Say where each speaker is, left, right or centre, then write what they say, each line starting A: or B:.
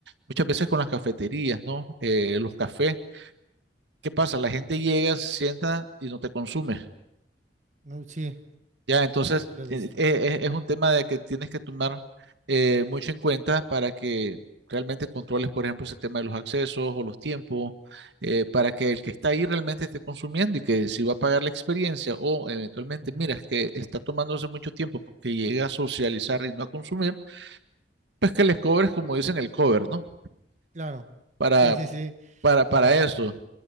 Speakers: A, on the right; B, on the right.
A: muchas veces con las cafeterías, ¿no? Eh, los cafés. ¿Qué pasa? La gente llega, se sienta y no te consume.
B: No, sí,
A: Ya, entonces
B: sí, sí lo he visto.
A: eh, eh, es un tema de que tienes que tomar eh, mucho en cuenta para que realmente controles, por ejemplo, ese tema de los accesos o los tiempos, eh, para que el que está ahí realmente esté consumiendo y que si va a pagar la experiencia o eventualmente
B: Ujú,
A: miras que está tomándose mucho tiempo porque llega a socializar y no a consumir, pues que les cobres, como dicen, el cover, ¿no?
B: Claro.
A: Para,
B: Sí, sí, sí.
A: para,
B: Para,
A: para eso.